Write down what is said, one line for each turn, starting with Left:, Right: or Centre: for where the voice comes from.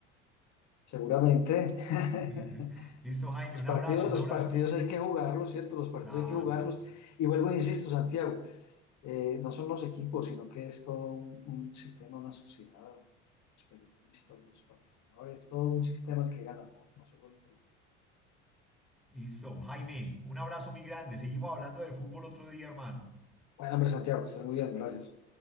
Left: Seguramente <laughs>
Centre: <laughs> Listo, Jaime,
Left: los
Centre: un
Left: partidos,
Centre: abrazo, un
Left: los
Centre: abrazo
Left: partidos
Centre: muy grande.
Left: hay que jugarlos, ¿cierto? Los partidos
Centre: Claro.
Left: hay que jugarlos. Y vuelvo e insisto, Santiago, eh, no son los equipos, sino que es todo un, un sistema, una sociedad, los periodistas, los patrocinadores, todo un sistema el que gana, ¿no? No solo el-
Centre: Listo, Jaime, un abrazo muy grande. Seguimos hablando de fútbol otro día, hermano.
Left: Bueno, hombre, Santiago, que estés muy bien, gracias.